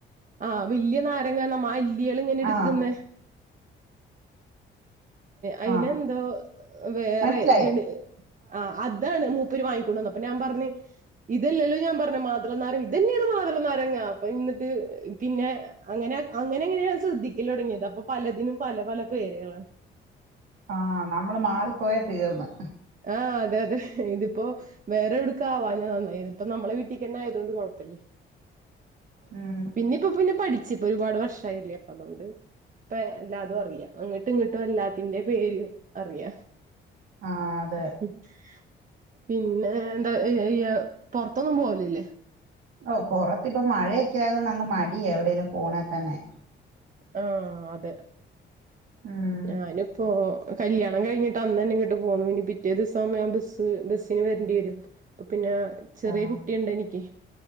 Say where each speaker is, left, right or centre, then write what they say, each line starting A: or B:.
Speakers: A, on the right (about 40°); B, on the right (about 75°).
A: ആഹ് വല്യ നാരങ്ങ നമ്മ അല്ലികൾ ഇങ്ങനെ എടുക്കുന്നെ.
B: ആഹ്
A: അയിന്
B: ആഹ്
A: എന്തോ വേറെ
B: മനസ്സിലായി
A: ഗണി ആഹ് അ താണ് മൂപ്പര് വാങ്ങിക്കൊണ്ടന്ന്. അപ്പൊ ഞാൻ പറഞ്ഞ് ഇതല്ലല്ലോ ഞാൻ പറഞ്ഞെ മാതളനാരങ്ങ ഇതന്നെയാണ് മാതളനാരങ്ങ. അപ്പം എന്നിട്ട് പിന്നെ അങ്ങനെ അങ്ങനെ ഇങ്ങനെയാണ് ഞാൻ ശ്രദ്ധിക്കലൊടങ്ങിയത്. അപ്പൊ പലതിനും പല പല പേരുകളാണ്.
B: ആഹ് നമ്മള് മാറിപ്പോയ തീർന്ന്.
A: ആഹ് അതെ അതെ. ഇതിപ്പോ വേറെ എവിടുക്കാവാഞ്ഞത് നന്നായി. ഇത്പ്പം നമ്മളെ വീട്ടിക്ക് തന്നെ ആയതോണ്ട് കുഴപ്പല്ല.
B: ഉം
A: ഇനിയിപ്പ പിന്നെ പഠിച്ച്. ഇപ്പൊ ഒരുപാട് വർഷം ആയില്ലേ അപ്പൊ അതൊണ്ട് ഇപ്പം എല്ലാതും അറിയാം. അങ്ങിട്ടും ഇങ്ങിട്ടും എല്ലാത്തിന്റെ പേരും അറിയാം. <inaudible>
B: ആഹ് അതെ
A: പിന്നെ എന്താ ഇയ്യ് പുറത്തൊന്നും പോവലില്ലേ?
B: ഓഹ് പുറത്തിപ്പം മഴയൊക്കെ ആയതോണ്ട് അങ്ങ് മടിയാ എവിടെങ്കിലും പോണേ തന്നെ.
A: ആഹ് അതെ
B: ഉം
A: ഞാനിപ്പോ കല്യാണം കഴിഞ്ഞിട്ട് അന്ന് തന്നെ ഇങ്ങട്ട് പോന്നു. പിന്നെ ഇനി പിറ്റേ ദിവസം ഞാൻ ബസ്സ് ബസ്സിന് വരണ്ടി വരും. അപ്പം പിന്നെ ചെറിയ
B: ആഹ്
A: കുട്ടിയുണ്ട് എനിക്ക്.